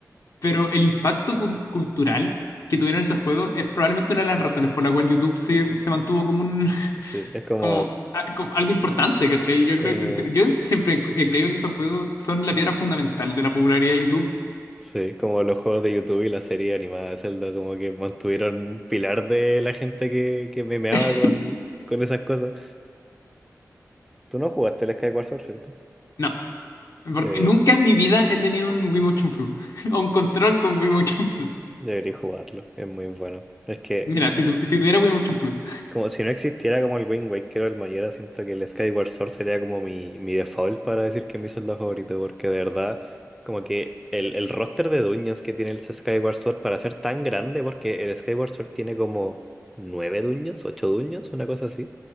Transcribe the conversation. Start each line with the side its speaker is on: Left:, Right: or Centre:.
Left: Pero el impacto cul- cultural que tuvieron esos juegos es probablemente una de las razones por la cual YouTube se, se mantuvo como un <laughs>
Centre: sí, es como,
Left: como, a- como algo importante, ¿cachai? Yo
Centre: como,
Left: creo, yo siempre he creído que esos juegos son la piedra fundamental de la popularidad de YouTube.
Centre: sí, como los juegos de YouTube y la serie animada de Zelda, como que mantuvieron un pilar de la gente que, que memeaba
Left: <laughs>
Centre: con, con esas cosas. Tú no jugaste el Skyward Sword, ¿cierto?
Left: No, porque
Centre: Debería,
Left: nunca en mi vida he tenido un Wiimotion Plus <laughs> o un control con Wiimotion Plus.
Centre: debería jugarlo, es muy bueno. Es que
Left: Mira, si, tu- si tuviera Wiimotion Plus.
Centre: Como si no existiera como el Wind Waker o el Majora, siento que el Skyward Sword sería como mi, mi default para decir que es mi soldado favorito, porque de verdad, como que el, el roster de dungeons que tiene el Skyward Sword para ser tan grande, porque el Skyward Sword tiene como nueve dungeons, ocho dungeons, una cosa así,